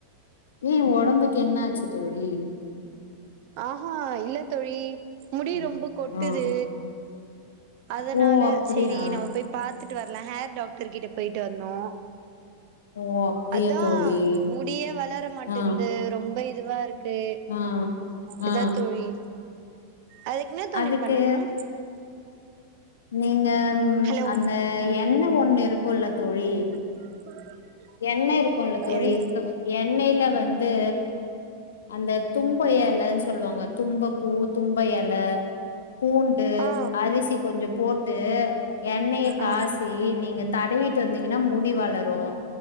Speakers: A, on the left; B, on the right.
A: ஏ ஒடம்புக்கு என்னாச்சு தோழி
B: ஆஹா இல்ல தோழி முடி
A: ம்
B: ரொம்ப கொட்டுது
A: ஆ
B: அதனால
A: ஓ அப்டியா
B: செரி நம்ம போய் பாத்துட்டு வர்லா ஹேர் டாக்டர் கிட்ட போயிட்டு வந்தோ
A: ஓ அப்டியா
B: அதான்
A: தோழி
B: முடியே வளர மாட்டேங்து
A: ஆ
B: ரொம்ப இதுவா இருக்கு
A: ஆ ஆ
B: இதா தோழி அதுக்கு என்ன தோழி
A: அதுக்கு
B: பண்ணணும்
A: நீங்க
B: ஹலோ
A: அந்த எண்ண ஒண்ணு இருக்கும்ல தோழி
B: <inaudible>
A: எண்ணெய் இருக்கும்ல தோழி
B: என்
A: இதுக்கு எண்ணெயில வந்து அந்த தும்ப எலன்னு சொல்லுவாங்க தும்ப பூ தும்ப எல பூ ட்டு
B: ஆ
A: அரிசி கொஞ்சம் போட்டு எண்ணெய காசி
B: ஆ
A: நீங்க தடவிட்டு வந்தீங்கன்னா முடி வளரும்